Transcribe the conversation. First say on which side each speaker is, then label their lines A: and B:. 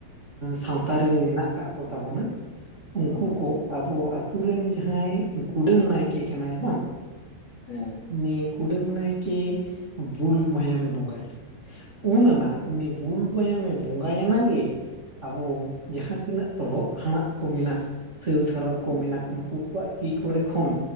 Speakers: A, on the right; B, on the left.
A: ᱥᱟᱶ ᱼᱼ ᱛᱟᱨᱤ ᱨᱮ ᱢᱮᱱᱟᱜ ᱟᱠᱟᱫ ᱠᱚ ᱛᱟᱵᱚᱱᱟ ᱩᱱᱠᱩ
B: ᱦᱳᱭ
A: ᱠᱚ ᱟᱵᱚ ᱟᱛᱳ ᱨᱮᱱ ᱡᱟᱦᱟᱸᱭ ᱠᱩᱰᱟᱹᱢ ᱱᱟᱭᱠᱮ ᱠᱟᱱᱟᱭ ᱵᱟᱝ?
B: ᱦᱳᱭ
A: ᱩᱱᱤ ᱠᱩᱰᱟᱹᱢ ᱱᱟᱭᱠᱮ ᱵᱩᱞ ᱢᱟᱭᱟᱢᱮ ᱵᱚᱸᱜᱟᱭᱟ᱾ ᱩᱱ ᱟᱱᱟᱜ ᱩᱱᱤ ᱵᱩᱞ ᱢᱟᱭᱟᱢᱮ ᱵᱚᱸᱜᱟᱭᱟᱱᱟ ᱜᱮ ᱟᱵᱚ ᱡᱟᱦᱟᱸ ᱛᱤᱱᱟᱹᱜ ᱛᱚᱨᱦᱚᱜ ᱦᱟᱬᱟᱜ ᱠᱚ ᱢᱮᱱᱟᱜ ᱥᱟᱹᱞ ᱥᱟᱨᱚᱢ ᱠᱚ
B: ᱦᱳᱭ
A: ᱢᱮᱱᱟᱜ ᱱᱩᱠᱩ ᱠᱚᱣᱟᱜ ᱛᱤ ᱠᱚᱨᱮ ᱠᱷᱚᱱ